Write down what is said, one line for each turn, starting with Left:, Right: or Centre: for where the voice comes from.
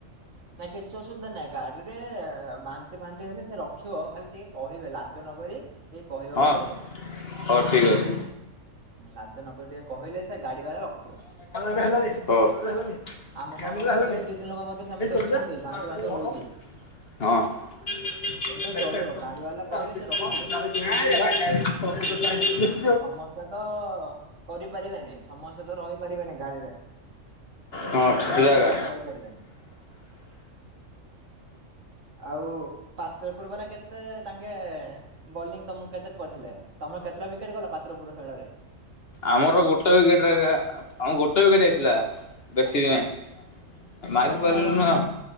Right: ନା କିଛି ଅସୁବିଧା ନାହିଁ ଗାଡିରେ ବାନ୍ତି ଫାନ୍ତି ହେଲେ ସେ ରଖିବ ଖାଲି ଟିକେ କହିବେ ଲାଜ ନ କରି। ଟିକେ କହିବାକୁ
Left: ହଁ
Right: ପଡିବ।
Left: ହଉ ଠିକ ଅଛି।
Right: ଲାଜ ନକରି ଟିକେ କହିଲେ ସେ ସେ ଗାଡ଼ି ବାଲା ରଖିବ।
Left: ହଁ।
Right: ଆମ ସାଙ୍ଗ ମଧ୍ୟରୁ ଦି ତିନି ଲୋକ ମଧ୍ୟ ସେମିତି
Left: ହଁ।
Right: ଅଛନ୍ତି ବାନ୍ତି ଫାନ୍ତି ହଉଛି। କିନ୍ତୁ ଚଳିବ
Left: <inaudible>
Right: ଗାଡି ବାଲା କହିଲେ ସେ ରଖିବ ସମସ୍ତେ ତ କରିପାରିବେନି ସମସ୍ତେ ତ ରହିପାରିବେନି ଗାଡ଼ିରେ
Left: ହଁ
Right: ଆମେ
Left: ଠିଆ
Right: ସେମିତି
Left: ହେଗା।
Right: କିଛି କହିପାରିବାନି। ଆଉ ପାତ୍ରପୁର ବାଲା କେତେ ତାଙ୍କେ ବୋଲିଂ ତମକୁ କେତେ କରିଥିଲେ? ତମର କେତେଟା ୱିକେଟ୍ ଗଲା ପାତ୍ରପୁର ଖେଳରେ?
Left: ଆମର ଗୋଟେ ୱିକେଟରେ ଏକା ଆମର ଗୋଟେ ୱିକେଟ୍ ଯାଇଥିଲା। ବେଶୀ
Right: ଆଚ୍ଛା
Left: ବି ନାହିଁ।
Right: ଆଚ୍ଛା।
Left: ମାରି
Right: ତମର
Left: ପାରିଲୁନୁ ଆଉ